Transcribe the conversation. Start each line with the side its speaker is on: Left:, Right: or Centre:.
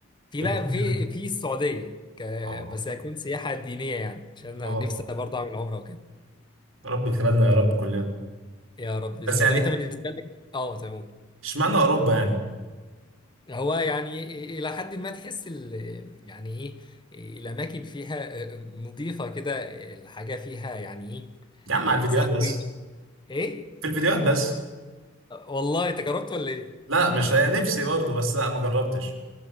Left: في
Right: تركيا
Left: بقى في في السعودية ك...
Right: اه
Left: بس هيكون سياحة دينية يعني عشان
Right: اه
Left: أنا نفسي برضه أعمل عمرة وكده
Right: يا رب يكتبنا يا رب كلنا
Left: يا رب باذن
Right: بس
Left: الله
Right: يعني
Left: طب انت بالنسبه لك اه تمام
Right: اشمعنى اوروبا يعني
Left: هو يعني الى حد ما تحس ال... يعني ايه الاماكن فيها آه، نظيفه كده الحاجه فيها يعني
Right: يا عم
Left: ايه
Right: على الفيديوهات
Left: ذات
Right: بس
Left: قيمه ايه
Right: في الفيديوهات بس
Left: والله انت جربت ولا ايه
Right: لا مش نفسي برضه بس لا ما جربتش